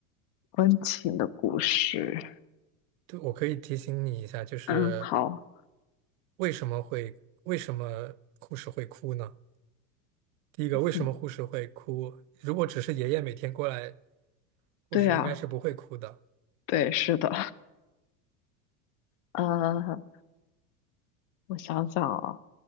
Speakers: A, on the left; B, on the right.
A: 温情的故事。
B: 对，我可以提醒你一下，就是
A: 嗯，好，
B: 为什么会，为什么护士会哭呢？第一个，为什么护士会哭？
A: 嗯，
B: 如果只是爷爷每天过来，护士应该是不会哭的。
A: 对啊，对，是的，呃，我想想啊，